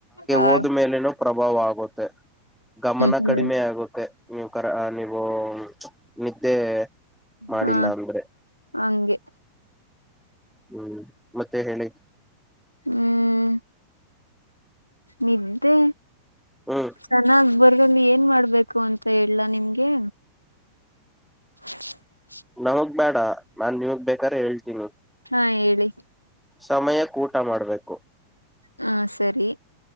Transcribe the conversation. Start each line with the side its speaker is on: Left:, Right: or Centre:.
Left: ಹಾಗೆ.
Centre: ಓದ ಮೇಲೆನೂ ಪ್ರಭಾವ ಆಗುತ್ತೆ ಗಮನ
Left: ಹ್ಮ್
Centre: ಕಡಿಮೆ ಆಗುತ್ತೆ ನೀವು ಕರ. <unintelligible> ನಿದ್ದೆ. ಮಾಡಿಲ್ಲ
Left: ಹಾ
Centre: ಅಂದ್ರೆ
Left: ಹಂಗೆ.
Centre: ಹ್ಮ್ ಮತ್ತೆ ಹೇಳಿ.
Left: ಹ್ಮ್. ನಿದ್ದೆ.
Centre: ಹ್ಮ್.
Left: ಚೆನ್ನಾಗ್ ಬರಲ್ಲಿ ಏನ್ ಮಾಡ್ಬೇಕು ಅಂತ ಹೇಳಲಾ ನಿಮ್ಗೆ. <inaudible>
Centre: ನಾವಗ್ ಬೇಡ ನಾನ್ ನಿವಗ್ ಬೇಕ್ ಆದ್ರೆ ಹೇಳ್ತೀನಿ.
Left: ಹಾ ಹೇಳಿ.
Centre: ಸಮಯಕ ಊಟ ಮಾಡ್ಬೇಕು.
Left: ಹಾ ಸರಿ.